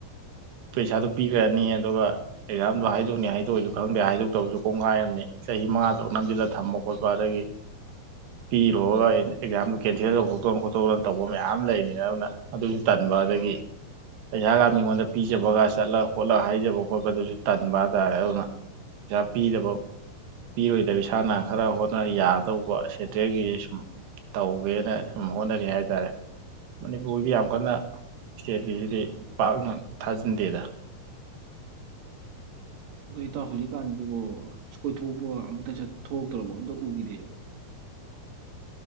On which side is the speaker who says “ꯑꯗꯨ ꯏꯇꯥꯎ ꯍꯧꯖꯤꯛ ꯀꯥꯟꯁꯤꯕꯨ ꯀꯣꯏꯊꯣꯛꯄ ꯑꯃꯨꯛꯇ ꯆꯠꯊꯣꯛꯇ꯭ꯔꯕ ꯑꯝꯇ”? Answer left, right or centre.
Right